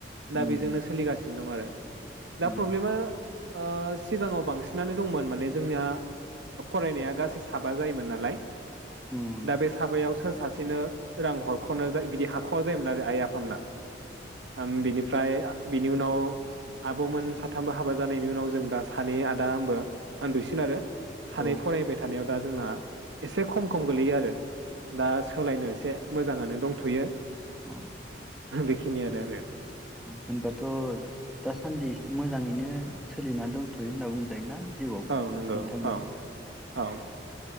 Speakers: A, on the right; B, in the centre.
A: दा
B: उम
A: बेजोंनो सोलिगासिनो दं आरो। दा
B: उम
A: प्रब्लेमा ओ सिगाङाव बांसिनानो दंमोन माने जोंनिया फरायनाया गासै साबा जायोमोन नालाय
B: उम
A: दा बे साबायाव सोर सासेनो रां हरखनो ज बिदि हाखवा जायोमोन आरो आइ आफामोना आं बिनिफ्राय बिनि उनाव आबमोन साथामबो हाबा जानायनि उनाव जों दा सानै आदा आंबो आं दुइसिन आरो सानै
B: अ औ
A: फरायबाय थानायाव दा जोंना एसे खम खम गोलैयो आरो दा सोलायनो एसे मोजाङानो दंथयो
B: अ
A: बेखिनियानो आरो।
B: होनबाथ दासान्दि मोजाङैनो सोलिना दंथयो होनना बुङ जायोना जिउआव
A: औ नंगौ
B: नोंथांनिया
A: औ औ